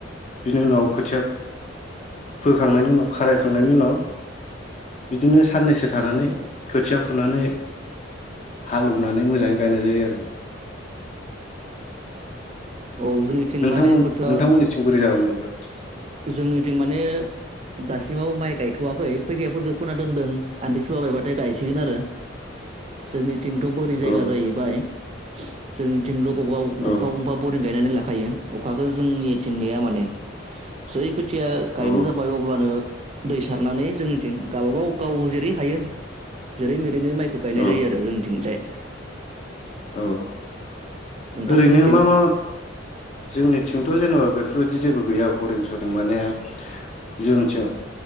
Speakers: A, on the left; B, on the right.
A: बिनि उनाव खोथिया फोखांनायनि उनाव खारायखांनायनि उनाव बिदिनो साननैसो थानानै खोथिया फुनानै हालेवनानै मोजाङै गायनाय जायो आरो
B: औ जोंनिथिं
A: नोंथांमोन
B: माने बोथोरा
A: नोंथांमोननिथिं बोरै जानानै दं <inaudible>
B: जोंनिथिं माने दासिमाव माइ गायथ'वाखै खैखियाफोरखौ फोना दोनदों आनदि सुवाबायबाथाय गायसिगोन आरो जोंनि थिंथ' बोरै जायगा
A: औ
B: जाहैबाय जोंनि सिं ग गंफा
A: औ
B: गंफा बरिं गनानै लाख खायो अखाखौ जोंनिथिं नेया माने जै खोथिया गायनो
A: औ
B: जाबाय अब्लानो दै सारनानै जोंनिथिं गावबागाव गाव जेरै हायो जेरै मे बिनो माइखौ गायनाय
A: औ
B: जायो आरो जोंनिथिंजाय <inaudible>
A: औ
B: नोंथांमोननिथिं
A: ओरैनो मा मा जोंनिथिंथ' जेनेबा बेफोर बेफोरबायदि जेबो गैया बरिं सरिं माने जोंसो